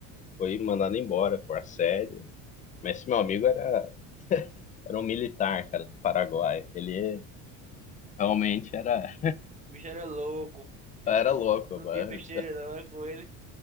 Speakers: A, on the left; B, on the right.
A: foi mandado embora por assédio. Mas esse meu amigo era, era um militar, cara, do Paraguai. Ele realmente era,
B: O bicho era louco. O bicho
A: era louco,
B: não
A: mano.
B: tinha besteira não, é com ele.